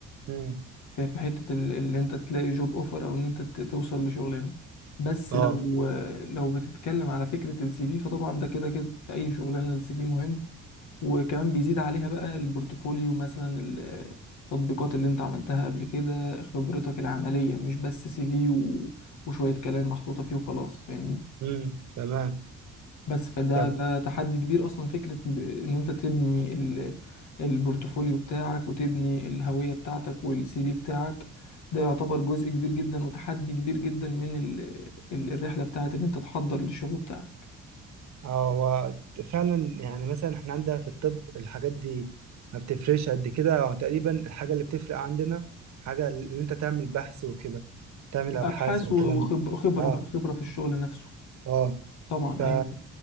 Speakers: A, on the right (about 65°); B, on the left (about 70°).
A: امم
B: في في حتة ال- اللي انت تلاقي جوب اوفر او ان انت ت- توصل لشغلانة بس
A: اه
B: لو لو بتتكلم على فكرة السي في فطبعا ده كده كده في اي شغلانة السي في مهم وكمان بيزيد عليها بقى البورتفوليو مثلا ال- التطبيقات اللي انت عملتها قبل كده خبرتك العملية مش بس سي في و... وشوية كلام محطوطة فيه وخلاص فاهمني
A: امم تمام
B: بس فده
A: طب
B: ده تحدي كبير اصلا فكرة ب- ان انت تبني ال- البورتفوليو بتاعك وتبني الهوية بتاعتك والسي في بتاعك ده يعتبر جزء كبير جدا وتحدي كبير جدا من ال- ال- الرحلة بتاعت ان انت تحضر للشغل بتاعك
A: اه هو فعلا يعني مثلا احنا عندنا في الطب الحاجات دي ما بتفرقش قد كده هو تقريبا الحاجة اللي بتفرق عندنا حاجة اللي انت تعمل بحث وكده تعمل ابحاث
B: ابحاث
A: والكلام
B: و- وخب-
A: ده
B: وخبرة
A: اه
B: بقى خبرة في الشغل نفسه
A: اه
B: طبعا
A: ف...
B: ايوه